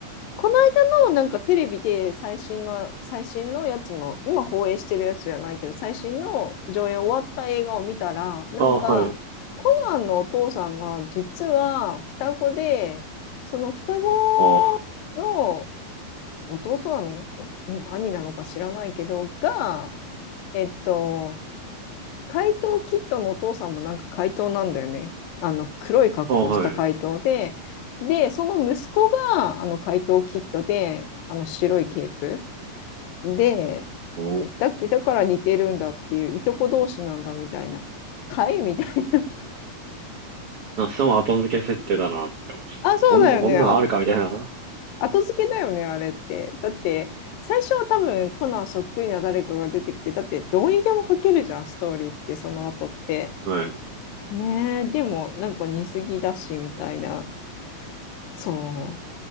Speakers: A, on the left; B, on the right.
A: この間のなんかテレビで最新の、最新のやつの、今放映してるやつじゃないけど、最新の上映終わった映画を見たら、なんか、
B: ああ、はい。
A: コナンのお父さんが実は双子で、その双子
B: ああ、
A: の弟なの兄なのか知らないけど、が、えっと、怪盗キッドのお父さんもなんか怪盗なんだよね。あの黒い格好をした怪盗で、
B: ああ、はい。
A: で、その息子があの怪盗キッドで、あの白いケープで、
B: おお。
A: だ、だから似てるんだっていう、いとこ同士なんだみたいな。はいみたい
B: なんかそれも後付け設定だなって思いましたね。
A: な。あ、そうだよね。
B: こんな、こんなのあるかみたいな。
A: あ、後付けだよね、あれって。だって、最初は多分コナンそっくりな誰かが出てきて、だってどうにでも書けるじゃん、ストーリーって、その後って。
B: はい。
A: ねえ、でもなんか似すぎだし、みたいな。そ